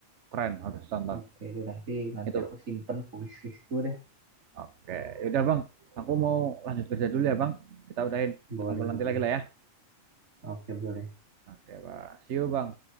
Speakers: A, on the right; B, on the right.
A: keren harus tonton.
B: Oke deh nanti nanti
A: Itu
B: aku simpen wish listku deh.
A: Oke, yaudah Bang. Aku mau lanjut kerja dulu ya Bang. Kita udahin, kita
B: Boleh
A: ngobrol nanti
B: boleh.
A: lagi lah ya.
B: Oke boleh.
A: Oke, Bang. See you, Bang.